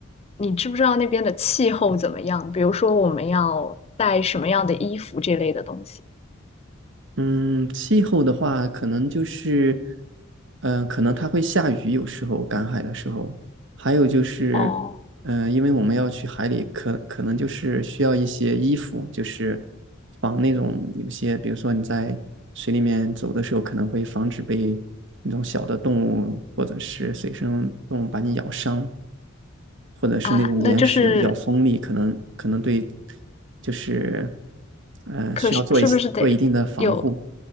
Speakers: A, on the left; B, on the right.
A: 你知不知道那边的气候怎么样？比如说我们要带什么样的衣服这类的东西？
B: 嗯，气候的话，可能就是，嗯，可能它会下雨，有时候赶海的时候，还有就是，
A: 哦，
B: 嗯，因为我们要去海里，可可能就是需要一些衣服，就是防那种有些，比如说你在水里面走的时候，可能会防止被那种小的动物或者是水生动物把你咬伤。或者是那种岩石比较锋利，
A: 啊，那就是
B: 可能可能对，就是呃需要做一些做一定的防护。
A: 可是是不是得有